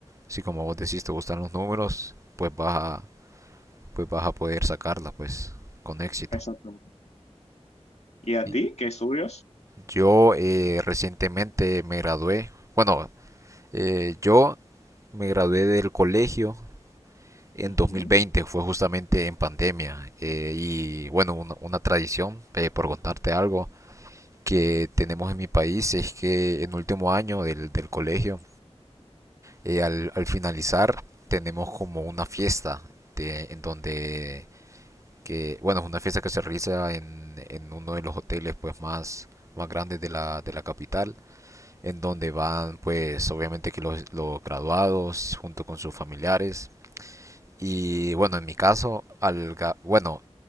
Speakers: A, on the right (about 25°); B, on the left (about 75°).
A: si como vos decís te gustan los números, pues vas a, pues vas a poder sacarla, pues, con éxito.
B: Exactamente. ¿Y a
A: Y
B: ti? ¿Qué estudias?
A: Yo eh, recientemente me gradué, bueno, eh, yo Me gradué del colegio en
B: Ujú.
A: 2020, fue justamente en pandemia. eh, y bueno, una, una tradición, eh, por contarte algo, que tenemos en mi país es que en último año del, del colegio, eh, al, al finalizar, tenemos como una fiesta de- en donde, que, bueno, es una fiesta que se realiza en, en uno de los hoteles pues más, más grandes de la, de la capital, en donde van pues obviamente que los, los graduados junto con sus familiares Y bueno, en mi caso, al ga- bueno,